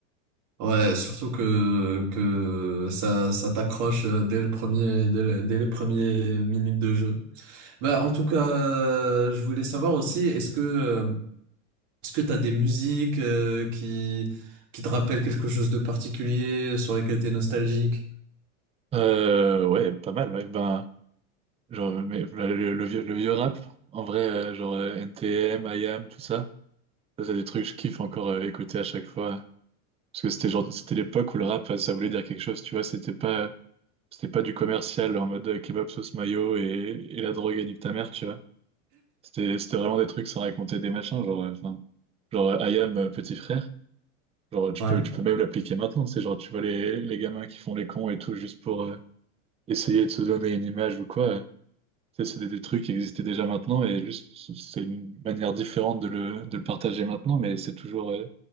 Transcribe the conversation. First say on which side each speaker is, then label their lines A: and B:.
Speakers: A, on the right (about 45°); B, on the right (about 15°).
A: Ouais, surtout que, que ça, ça t'accroche euh, dès le premier, dès le- dès les premières minutes de jeu. Bah, en tout cas, euh, je voulais savoir aussi, est-ce que, euh, Est-ce que t'as des musiques euh, qui, qui te rappellent quelque chose de particulier, sur lesquelles t'es nostalgique?
B: Euh, ouais, pas mal. ouais. Ben, genre, mais, le, le le vieux, le vieux rap, en vrai, euh, genre euh, NTM, M I A M, tout ça, ça, c'est des trucs que je kiffe encore euh, écouter à chaque fois. Parce que c'était genre, c'était l'époque où le rap, ça voulait dire quelque chose, tu vois. C'était pas, c'était pas du commercial en mode euh, kebab sauce mayo et, et la drogue et nique ta mère, tu vois. C'était c'était vraiment des trucs sans raconter des machins, genre, euh, enfin, genre euh, I am euh, petit frère. Genre, tu
A: Ouais.
B: peux, tu peux même l'appliquer maintenant, c'est genre, tu vois les, les gamins qui font les cons et tout, juste pour euh, essayer de se donner une image ou quoi. euh. Ça, C'est des, des trucs qui existaient déjà maintenant et juste, c'est une manière différente de le, de le partager maintenant, mais c'est toujours, euh,